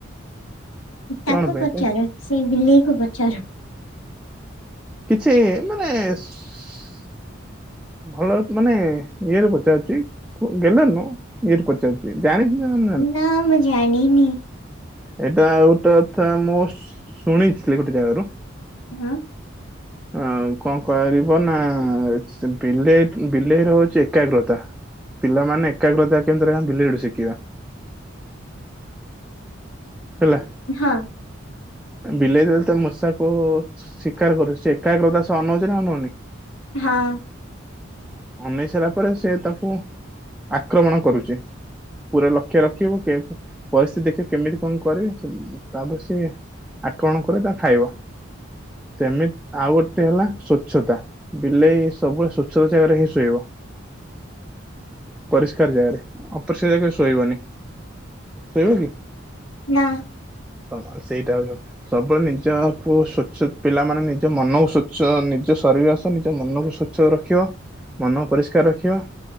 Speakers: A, on the left (about 80°); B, in the centre.
A: ତାକୁ
B: କଣ ପାଇଁ
A: ପଚାର,
B: ତ
A: ସେଇ ବିଲେଇକୁ ପଚାର।
B: କିଛି ମାନେ ସୁ ଭଲ ମାନେ ଇଏରେ ପଚାରୁଚି, କୁଅ ଗେଲରେ ନୁହଁ ଇଏରେ ପଚାରୁଚି। କିଏ ଜାଣିଥିଲେ ସିନା
A: ନା ମୁଁ ଜାଣିନି।
B: ଏଇଟା ଆଉ ଗୋଟେ କଥା ମୁଁ ଶୁଣିଥିଲି ଗୋଟେ ଜାଗାରୁ।
A: ହଁ।
B: ଆଉ କଣ କରିବ ନା <inaudible> ବିଲେଇ ବିଲେଇର ହଉଛି ଏକାଗ୍ରତା। ପିଲାମାନେ ଏକାଗ୍ରତା କେମିତି ରହିବେ ବିଲେଇଠୁ ଶିଖିବା। ହେଲା।
A: ହଁ।
B: ବିଲେଇ ଯେତଳେ ତମ ମୂଷାକୁ ଶିକାର କରୁଛି ସେ ଏକାଗ୍ରତା ସହ ଅନଉଛି ନା ଅନଉନି?
A: ହଁ।
B: ଅନେଇ ସାରିଲା ପରେ ସେ ତାକୁ ଆକ୍ରମଣ କରୁଛି। ପୁରା ଲକ୍ଷ୍ୟ ରଖିବୁ କେ ପରିସ୍ଥିତି ଦେଖିବୁ କେମିତି କଣ କରିବେ ତାପରେ ସିଏ ଆକ୍ରମଣ କରି ତାକୁ ଖାଇବ ସେମିତି ଆଉ ଗୋଟେ ହେଲା ସ୍ଵଚ୍ଛତା। ବିଲେଇ ସବୁବେଳେ ସ୍ଵଚ୍ଛ ଜାଗାରେ ହିଁ ଶୋଇବ।
A: <unintelligible>
B: ପରିଷ୍କାର ଜାଗାରେ ଅପରିଷ୍କାର ଜାଗାରେ ଶୋଇବନି। ସେଇିବନି?
A: ନା।
B: ତମ ସେଇଟା ବି ସବୁବେଳେ ନିଜ ପୁଅ ସ୍ୱଚ୍ଛ ପିଲାମାନୋନ ନିଜ ମନକୁ ସଵଚଛ ନିଜ ଶରୀର ଆସ ନିଜ ମନକୁ ସ୍ୱଚ୍ଛ ଉଛ ରଖିବ ମନ ପରିଷ୍କାର ରଖିବ